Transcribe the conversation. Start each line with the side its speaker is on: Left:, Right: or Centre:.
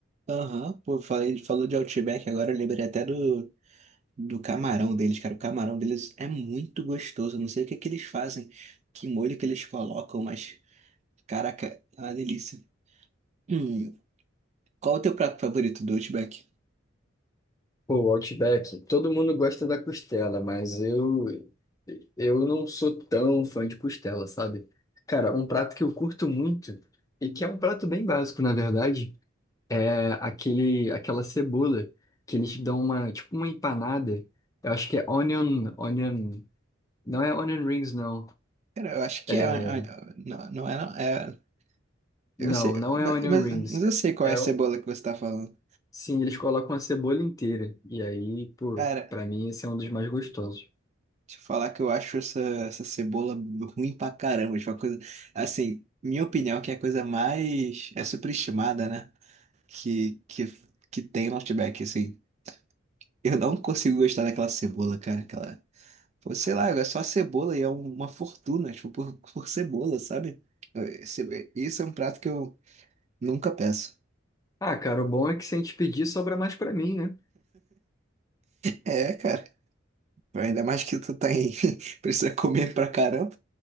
Right: Aham, pô, falei, ele falou de Outback agora, eu lembrei até do, do camarão deles, cara. O camarão deles é muito gostoso. eu Não sei o que que eles fazem, que molho que eles colocam, mas, caraca, é uma delícia. Hum, qual o teu prato favorito do Outback?
Left: Pô, o Outback, todo mundo gosta da costela, mas eu eu não sou tão fã de costela, sabe? Cara, um prato que eu curto muito e que é um prato bem básico, na verdade, é aquele, aquela cebola que eles dão uma, tipo uma empanada. Eu acho que é onion, onion, não é onion rings, não.
Right: Cara, eu acho que
Left: É,
Right: é. é- é- Não, não é, não. É, eu
Left: Não,
Right: sei,
Left: não é
Right: mas,
Left: onion
Right: mas
Left: rings.
Right: mas eu
Left: É,
Right: sei qual é
Left: é
Right: a cebola
Left: o-
Right: que você tá falando.
Left: sim, eles colocam a cebola inteira. E aí, pô,
Right: Cara,
Left: pra mim esse é um dos mais gostosos.
Right: deixa eu falar que eu acho essa, essa cebola ruim pra caramba. Tipo, uma coisa. Assim, minha opinião é que é a coisa mais. É superestimada, né? que, que, que tem no Outback, assim. Eu não consigo gostar daquela cebola, cara. Aquela... Pô, sei lá, é só cebola e é um- uma fortuna, tipo, por, por cebola, sabe? Eh, ce- Isso é um prato que eu nunca peço.
Left: Ah, cara, o bom é que se a gente pedir, sobra mais pra mim, né?
Right: É, cara. Ainda mais que tu tá em... <laughs> precisa comer pra caramba.